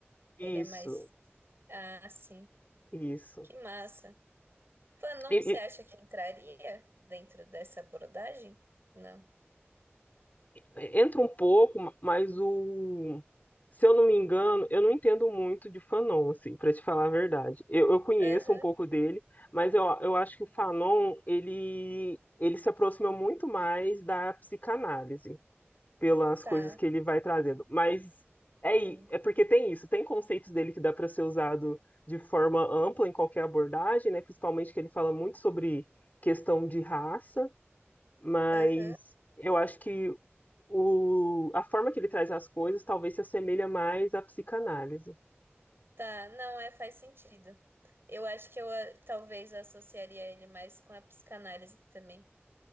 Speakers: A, on the left; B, on the right.
A: Isso,
B: Ele é mais. Ah, sim.
A: isso.
B: Que massa. Fanon,
A: E,
B: você acha que entraria dentro dessa abordagem? Não.
A: É, entra um pouco, mas o. Se eu não me engano, eu não entendo muito de Fanon, assim, para te falar a verdade. Eu, eu conheço
B: Aham,
A: um pouco dele, mas eu, eu acho que o Fanon, ele, ele se aproxima muito mais da psicanálise, pelas
B: tá.
A: coisas que ele vai trazendo. Mas é, i-
B: Sim.
A: é porque tem isso, tem conceitos dele que dá para ser usado de forma ampla em qualquer abordagem, né? Principalmente que ele fala muito sobre questão de raça mas
B: Aham,
A: eu acho que o, a forma que ele traz as coisas talvez se assemelha mais à psicanálise.
B: tá. Não, é, faz sentido. Eu acho que eu ah, talvez associaria ele mais com a psicanálise também.